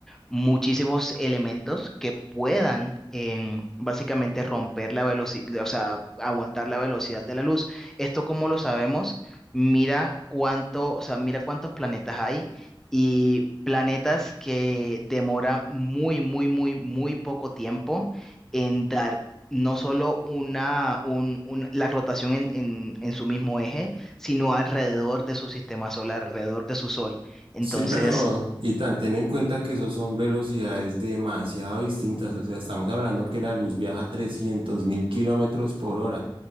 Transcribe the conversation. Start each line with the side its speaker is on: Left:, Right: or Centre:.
Centre: muchísimos elementos que puedan em, básicamente romper la velocidad, o sea, aguantar la velocidad de la luz. Esto, como lo sabemos, mira cuánto, o sea, mira cuántos planetas hay y planetas que demoran muy, muy, muy, muy poco tiempo en dar no solo una, un- un- la rotación en, en en su mismo eje, sino alrededor de su sistema solar, alrededor de su sol. Entonces,
Right: Sí, pero, y tan, ten en cuenta que esos son velocidades demasiado distintas. O sea, estamos hablando que la luz viaja trescientos mil kilómetros por hora,